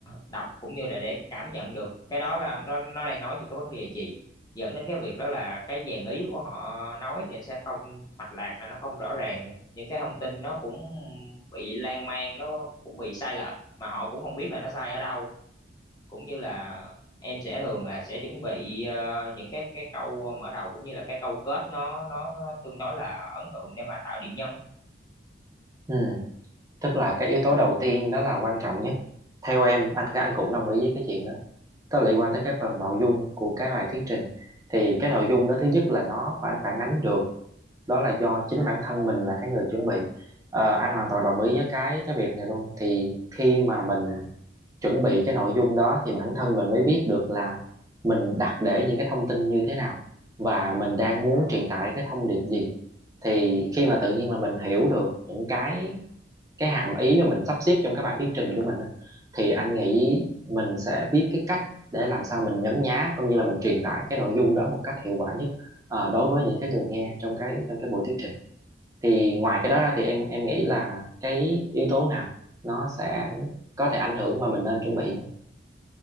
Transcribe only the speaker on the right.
ừ, tức là cái yếu tố đầu tiên đó là quan trọng nhất theo em anh anh cũng đồng ý với cái chuyện đó Nó liên quan tới cái phần nội dung của cái bài thuyết trình thì cái nội dung đó thứ nhất là nó phải phản ánh được đó là do chính bản thân mình là cái người chuẩn bị Ờ, anh hoàn toàn đồng ý với cái cái việc này luôn thì khi mà mình chuẩn bị cái nội dung đó thì bản thân mình mới biết được là mình đặt để những cái thông tin như thế nào và mình đang muốn truyền tải cái thông điệp gì thì khi mà tự nhiên là mình hiểu được những cái cái hàm ý mà mình sắp xếp trong cái bài thuyết trình của mình á, thì anh nghĩ mình sẽ biết cái cách để làm sao mình nhấn nhá cũng như là mình truyền tải cái nội dung đó một cách hiệu quả nhất ờ, đối với những cái người nghe trong cái trong cái buổi thuyết trình thì ngoài cái đó ra thì em em nghĩ là cái yếu tố nào nó sẽ có thể ảnh hưởng mà mình nên chuẩn bị nữa